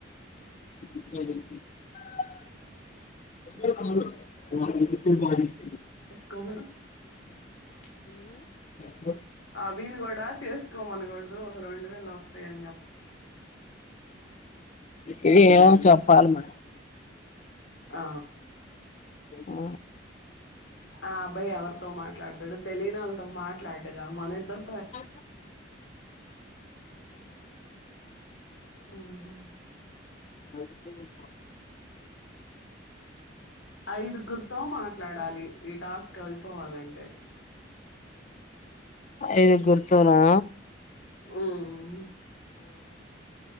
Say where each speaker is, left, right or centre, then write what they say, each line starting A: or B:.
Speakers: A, on the left (about 40°); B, on the left (about 75°).
A: <unintelligible> <inaudible> <inaudible>
B: <unintelligible>
A: మ్
B: అ వీణ్ణి కూడా చేస్కోమనకూడదు ఒక రెండు వేలొస్తాయన్ చెప్
A: ఇది ఏమో చెప్పాలి మరి
B: ఆ
A: ఆ
B: ఆబ్బాయి ఎవరితో మాట్లాడతాడు తెలియనోళ్లతో మాట్లాడ్ ద మనిద్దర్
A: ఆ
B: అవును
A: <inaudible>
B: ఐదుగుర్తొ మాట్లాడ డాలి ఈ టాస్క్ అయిపోవాలంటే
A: ఐద్గుర్తోనా
B: ఆ